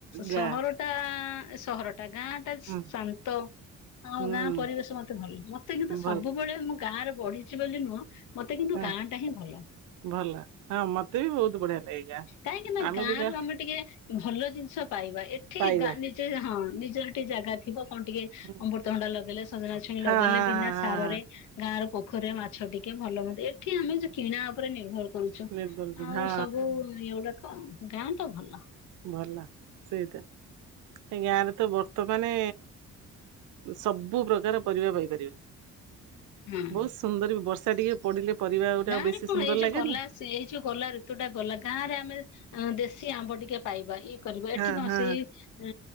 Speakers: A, on the right; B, on the left.
A: ଗାଁ
B: ସହର ଟା ସହର ଗାଁ ଟା ଶାନ୍ତ
A: ହୁଁ
B: ଆଉ
A: ହୁଁ
B: ଗାଁ ପରିବେଶ ମତେ ଭଲ ମତେ କିନ୍ତୁ
A: ଭଲ
B: ସବୁବେଳେ ମ ମୁଁ ଗାଁରେ ବଢିଛି ବୋଲି ନୁହଁ ମତେ କିନ୍ତୁ
A: ହଁ।
B: ଗାଁ ଟା ହିଁ ଭଲ।
A: ଭଲ ହଁ ମତେ ବି ବହୁତ ବଢିଆ ଲାଗେ ଗାଁ,
B: କାହିଁକି ନା
A: ଆମେ ବି ଗାଁ
B: ରୁ ଟିକେ ଭଲ ଜିନିଷ ପାଇବା ଏଠି
A: ପାଇବା।
B: ଗାଁ, ନିଜେ ହଁ ନିଜର ଟିକେ ଜାଗା ଥିବ କଣ ଟିକେ
A: ହଁ
B: ଅମୃତଭଣ୍ଡା ଲଗେଇଲେ ସଜନା ଛୁଇଁ
A: ହଁ
B: ଲଗେଇଲେ
A: ହଁ
B: ବିନା ସାର
A: ହଁ
B: ରେ ଗାଁର ପୋ ପୋଖରୀ ରେ ମାଛ ଟିକେ ଭଲ ମନ୍ଦ ଏଠି ଆମେ ଯଉ କିଣା ଉପରେ ନିର୍ଭର କରୁଛୁ,
A: ନିର୍ମଲ
B: ଆଉ
A: ହଁ
B: ସବୁ ଏଗୁଡାକ ଗାଁ ତ ଭଲ।
A: ଭଲ ସେଇଟା ଏ ଗାଁରେ ତ ବର୍ତ୍ତମାନ ସବୁ ପ୍ରକାର ପରିବା ପାଇପାରିବା,
B: ହଁ।
A: ବହୁତ ସୁନ୍ଦର ବି ବର୍ଷା ଟିକେ ପଡିଲେ ପରିବା ଗୁଟା
B: ଗାଁ
A: ବେଶୀ
B: ରେ କଣ
A: ସୁନ୍ଦର
B: ଏଇ ଯୋଉ
A: ଲାଗେନି
B: ଗଲା ସେଇ ଯୋଉ ଗଲା ଋତୁ ଟା ଗଲା ଗାଁ ରେ ଆମେ ଅ ଦେଶୀ ଆମ୍ବ ଟିକେ ପାଇବା ଇଏ କରିବା ଏଠି
A: ହଁ
B: କଣ
A: ହଁ।
B: ସେଇ ଅ